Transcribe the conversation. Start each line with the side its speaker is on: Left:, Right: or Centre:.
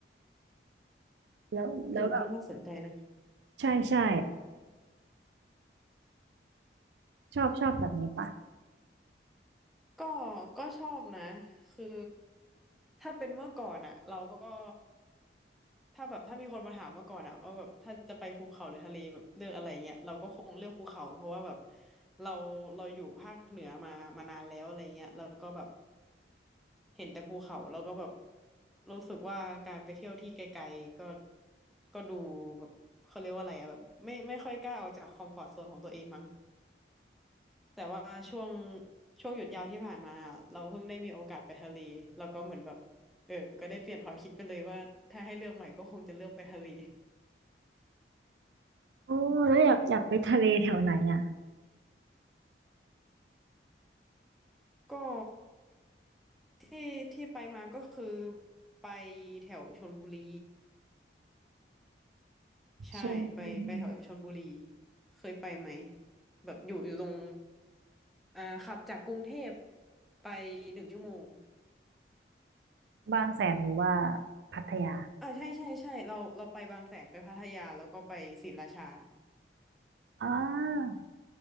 Right: แล้วแล้วแบบ
Centre: เออก็น่าสนใจนะ
Right: ใช่ใช่ชอบชอบแบบนี้ปะ
Centre: ก็ก็ชอบนะคือถ้าเป็นเมื่อก่อนอะเราก็ถ้าแบบถ้ามีคนมาถามเมื่อก่อนอะว่าแบบถ้าจะไปภูเขาหรือทะเลแบบเลือกอะไรเงี้ยเราก็คงเลือกภูเขาเพราะว่าแบบเราเราอยู่ภาคเหนือมามานานแล้วอะไรเงี้ยแล้วก็แบบเห็นแต่ภูเขาแล้วก็แบบรู้สึกว่าการไปเที่ยวที่ไกลๆก็ก็ดูแบบเขาเรียกว่าอะไรอะแบบไม่ไม่ค่อยกล้าออกจากคอมฟอร์ตโซนของตัวเองมั้ง แต่ว่าช่วงช่วงหยุดยาวที่ผ่านมาอะเราเพิ่งได้มีโอกาสไปทะเลแล้วก็เหมือนแบบเออก็ได้เปลี่ยนความคิดไปเลยว่าถ้าให้เลือกใหม่ก็คงจะเลือกไปทะเล
Right: โอ้แล้วอยากอยากไปทะเลแถวไหนอ่ะ
Centre: ก็ที่ที่ไปมาก็คือไปแถวชลบุรีใช่ไปไปแถวชลบุรี
Right: ชลบุรี
Centre: เคยไปไหมแบบอยู่อยู่ตรงอ่าขับจากกรุงเทพไปหนึ่งชั่วโมง
Right: บางแสนหรือว่าพัทยา
Centre: อ่าใช่ใช่ใช่เราเราไปบางแสนไปพัทยาแล้วก็ไปศรีราชา
Right: อ่า